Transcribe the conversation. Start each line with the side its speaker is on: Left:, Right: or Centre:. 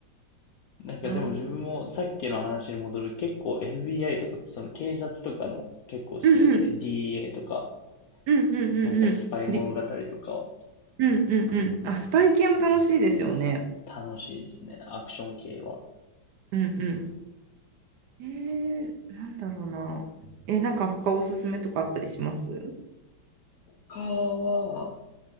Left: なんかでも自分もさっきの話に戻る結構
Right: な
Left: FBI とか、その警察とかの結構好きですね。
Right: うんうん。
Left: d a とか、
Right: うんうんう
Left: なんかスパイ物語とかは
Right: んうん。で、うんうんうん。あ、スパイ系も楽しいですよね。
Left: 楽しいですね。アクション系は。
Right: うんうんえー、なんだろうな。え、なんか他おすすめとかあったりします
Left: 他は、